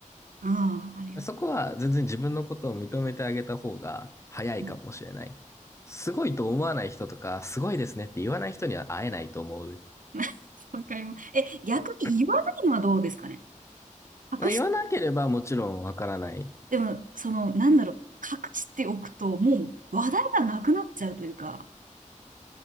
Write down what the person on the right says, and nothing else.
ああ、ありがとう。
うん
<laughs> わかります。え、逆に言わないのはどうですかね。
隠し、
でも、その、なんだろう、隠しておくと、もう話題がなくなっちゃうというか、